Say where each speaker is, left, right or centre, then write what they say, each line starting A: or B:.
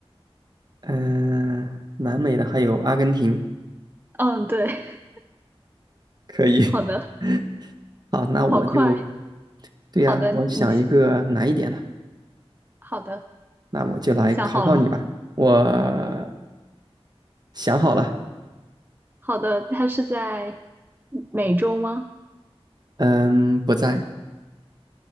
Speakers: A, on the right; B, on the right.
A: 嗯，南美的还有阿根廷，
B: 嗯，对，
A: 可以。
B: <laughs> 好的，
A: <laughs> 好，那我就，
B: 好快，
A: 对呀，
B: 好的，
A: 我想一个难一点的，
B: 你先好的
A: 那我就来考考你吧。
B: 想好了吗？
A: 我想好了。
B: 好的，它是在美洲吗？
A: 嗯，不在，